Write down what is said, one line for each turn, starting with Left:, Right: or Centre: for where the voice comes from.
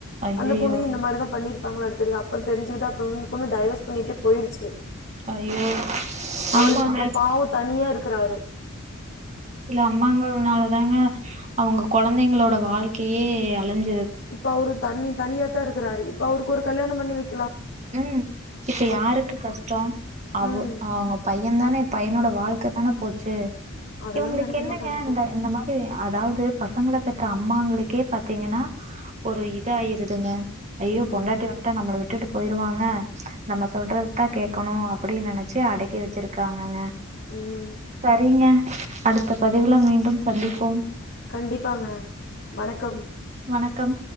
Right: ஐயையோ
Left: அந்த பொண்ணு இந்த மாரிதா பண்ணிருப்பாங்கள அடுத் தெ அப்புறோ தெரிஞ்சுக்கிட்டா போது அந்த பொண்ணு டைவர்ஸ் பண்ணிட்டே போயிருச்சு
Right: ஐயோ
Left: அவருக்கு
Right: ஆமாங்க
Left: இப்ப பாவோ தனியா இருக்குறாரு
Right: அம்மாங்கனால தாங்க அவுங்க கொழந்தைங்களோட வாழ்க்கையே அழஞ்சு
Left: இப்ப அவரு தண்ணி தனியாதா இருக்குறாரு இப்ப அவருக்கு ஒரு கல்யாண பண்ணி வைக்
Right: உம் இப்ப யாருக்கு கஷ்டோ அவு
Left: ம்
Right: அவுங்க பைய் என்னனே பைய்யனோட வாழ்க்க தானே போச்சு
Left: அதெல்லா
Right: இவுங்களுக்கு
Left: நெனைக்க
Right: என்னங்க
Left: மாட்டாங்கப்பா
Right: இந்த இந்த மாதிரி அதாவது பசங்கள பெத்த அம்மாங்களுக்கே பாத்தீங்கன்னா ஒரு இத ஆயிருதுங்க ஐயோ பொண்டாட்டி
Left: ம்
Right: வந்டா நம்மள விட் போயிருவாங்க நம்ம சொல்றது தா கேட்கணு அப்டின்னு நெனச்சி அடக்கி வச்சிருக்காங்கங்க
Left: ம்
Right: சரிங்க அடுத்த பதிவுள மீண்டும் சந்திப்போம்
Left: கண்டிப்பாங்க வணக்கம்
Right: வணக்கம்